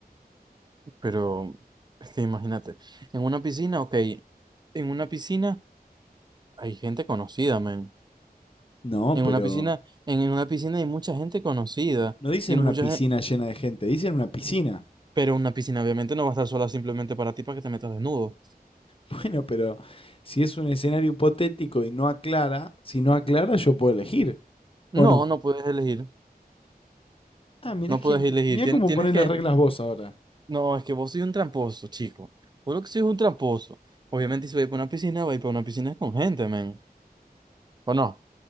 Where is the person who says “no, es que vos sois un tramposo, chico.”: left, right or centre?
Right